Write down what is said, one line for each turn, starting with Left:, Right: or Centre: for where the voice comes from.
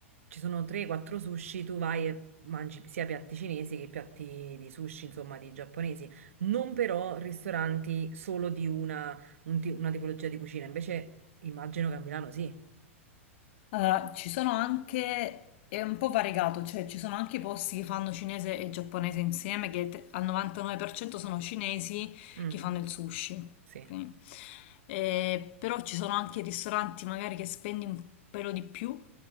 Right: ci sono 3-4 sushi, tu vai e mangi sia piatti cinesi che piatti di sushi, insomma, di giapponesi non però ristoranti solo di una, un ti- una tipologia di cucina, invece immagino che a Milano sì.
Left: Allora, ci sono anche, è un po' variegato, cioè ci sono anche i posti che fanno cinese e giapponese insieme, che te- al 99% sono cinesi
Right: Mm,
Left: che fanno il sushi.
Right: sì,
Left: ok? Eh, però ci sono anche ristoranti magari che spendi un pelo di più